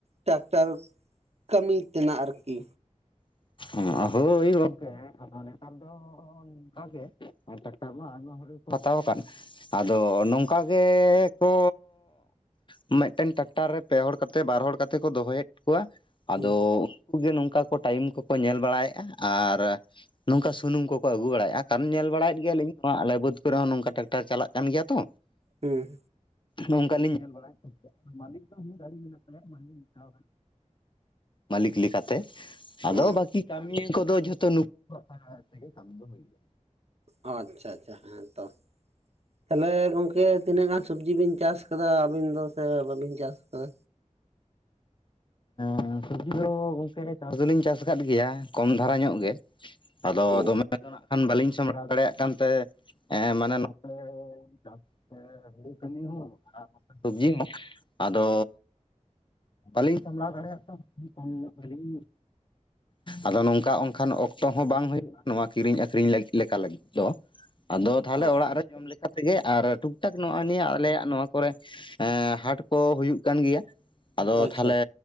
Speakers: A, on the right; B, on the left.
A: ᱴᱟᱠᱴᱟᱨ ᱠᱟᱹᱢᱤ ᱛᱮᱱᱟᱜ ᱟᱨᱠᱤ᱾
B: ᱩᱸ ᱟ ᱦᱳᱭ ᱜᱚᱝᱠᱮ ᱟᱫᱚ ᱱᱮᱛᱟᱨ ᱫᱚ ᱚᱱᱠᱟ ᱜᱮ ᱴᱟᱠᱴᱟ ᱫᱚ <unintelligible> ᱚᱠᱚᱭ ᱠᱚ ᱦᱟᱛᱟᱣ ᱟᱠᱟᱫ᱾ ᱟᱫᱚ ᱱᱚᱝᱠᱟ ᱜᱮ ᱠᱚ ᱢᱮᱜᱴᱮᱱ ᱴᱮᱠᱴᱟᱨ ᱨᱮ ᱯᱮ ᱦᱚᱲ ᱠᱟᱛᱮ, ᱵᱟᱨ ᱦᱚᱲ ᱠᱟᱛᱮ ᱠᱚ ᱫᱚᱦᱚᱭᱮᱫ ᱠᱚᱣᱟ᱾ ᱟᱫᱚ
A: ᱦᱩᱸ
B: ᱩᱱᱠᱩ ᱜᱮ ᱱᱚᱝᱠᱟ ᱠᱚ ᱴᱟᱭᱤᱢ ᱠᱚ ᱠᱚ ᱧᱮᱞ ᱵᱟᱲᱟᱭᱮᱜ-ᱟ ᱟᱨᱼᱼ ᱱᱚᱝᱠᱟ ᱥᱩᱱᱩᱢ ᱠᱚᱠᱚ ᱟᱹᱜᱩ ᱵᱟᱲᱟᱭᱮᱜ-ᱟ᱾ ᱠᱟᱨᱚᱱ ᱧᱮᱞ ᱵᱟᱲᱟᱭᱮᱫ ᱜᱮᱭᱟᱞᱤᱧ ᱱᱚᱶᱟ ᱟᱞᱮ ᱵᱟᱹᱫᱽ ᱠᱚᱨᱮ ᱦᱚᱸ ᱱᱚᱝᱠᱟ ᱴᱮᱠᱴᱟᱨ ᱪᱟᱞᱟᱜ ᱠᱟᱱ ᱜᱮᱭᱟ ᱛᱚ᱾
A: ᱦᱩᱸ᱾
B: ᱱᱚᱝᱠᱟ ᱞᱤᱧ ᱧᱮᱞ ᱵᱟᱲᱟᱭᱮᱜ ᱠᱟᱱ ᱢᱟᱞᱤᱠ ᱫᱚ ᱩᱸ ᱜᱟᱲᱤ ᱢᱮᱱᱟᱜ ᱛᱟᱭᱟ‌ ᱢᱟᱞᱤᱠ‌ ᱢᱤᱫ‌ ᱫᱷᱟᱣ ᱢᱟᱞᱤᱠ ᱞᱮᱠᱟ ᱛᱮ᱾ ᱟᱫᱚ
A: ᱚ
B: ᱵᱟᱠᱤ ᱠᱟᱢᱤᱭᱟᱹ ᱠᱚᱫᱚ ᱡᱷᱚᱛᱚ ᱱᱩᱠᱩ <unintelligible>
A: ᱦᱚ ᱟᱪᱪᱷᱟ ᱟᱪᱪᱷᱟ ᱦᱮᱸ ᱛᱚ᱾ ᱛᱟᱦᱚᱞᱮ ᱜᱚᱝᱠᱮ ᱛᱤᱱᱟᱹᱜ ᱜᱟᱱ ᱥᱟᱹᱵᱽᱡᱤ ᱵᱤᱱ ᱪᱟᱥ ᱠᱟᱫᱟ ᱟᱵᱤᱱ ᱫᱚ ᱥᱮ ᱵᱟᱵᱤᱱ ᱪᱟᱥ ᱠᱟᱫᱟ?
B: ᱦᱮᱸ ᱥᱚᱵᱽᱡᱤ ᱫᱚ ᱜᱚᱝᱠᱮ ᱪᱟᱥ ᱫᱚᱞᱤᱧ ᱪᱟᱥ ᱠᱟᱫ ᱜᱮᱭᱟ ᱠᱚᱢ ᱫᱷᱟᱨᱟ ᱧᱚᱜ ᱜᱮ᱾ ᱟᱫᱚ
A: ᱚ
B: ᱫᱚᱢᱮ ᱟᱫᱚ ᱱᱟᱜ ᱠᱷᱟᱱ ᱵᱟᱞᱤᱧ ᱥᱟᱢᱲᱟᱣ ᱫᱟᱲᱮ ᱠᱟᱱ ᱛᱮ ᱮ ᱢᱮᱱ ᱱᱚᱛᱮ ᱮ ᱪᱟᱥ ᱦᱩᱲᱩ ᱠᱟᱹᱢᱤ ᱦᱚᱸ ᱟᱨ ᱥᱚᱵᱡᱤ ᱦᱚᱸ ᱟᱫᱚ ᱵᱟᱹᱞᱤᱧ ᱥᱟᱢᱞᱟᱣ ᱫᱟᱲᱮᱭᱟᱜ <unintelligible> ᱠᱚᱢ ᱧᱚᱜ ᱜᱮᱞᱤᱧ ᱟᱫᱚ ᱱᱚᱝᱠᱟ ᱚᱱᱠᱟᱱ ᱚᱠᱛᱚ ᱦᱚᱸ ᱵᱟᱝ ᱦᱩᱭᱩᱜᱼᱟ ᱱᱚᱣᱟ ᱠᱤᱨᱤᱧ ᱟᱠᱷᱨᱤᱧ ᱞᱮᱠᱟ ᱞᱟᱹᱜᱤᱫ᱾ ᱪᱚ ᱟᱫᱚ ᱛᱟᱦᱚᱞᱮ
A: ᱚ
B: ᱚᱲᱟᱜ ᱨᱮ ᱡᱚᱢ ᱛᱮᱜᱮ ᱟᱨ ᱴᱩᱠ ᱴᱟᱠ ᱱᱚᱜᱼᱚᱭ ᱱᱤᱭᱟᱹ ᱟᱞᱮᱭᱟᱜ ᱱᱚᱣᱟ ᱠᱚᱨᱮ ᱦᱟᱴ ᱠᱚ ᱦᱩᱭᱩᱜ ᱠᱟᱱ ᱜᱮᱭᱟ᱾ ᱟᱫᱚ
A: ᱟᱪᱪᱷᱟ
B: ᱛᱟᱦᱞᱮ